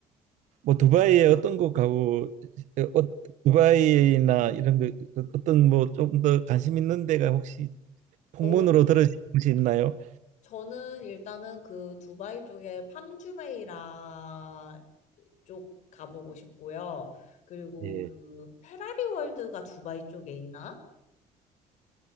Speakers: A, on the right; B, on the left.
A: 뭐 두바이에 어떤 곳 가고 어, 어, 두바이나 이런 거 어, 어떤 뭐 좀 더 관심 있는 데가 혹시 풍문으로
B: 어,
A: 들으신 곳이 있나요?
B: 저는 일단은 그 두바이 쪽에 팜주메이라 쪽 가보고 싶고요. 그리고
A: 예.
B: 그 페라리 월드가 두바이 쪽에 있나?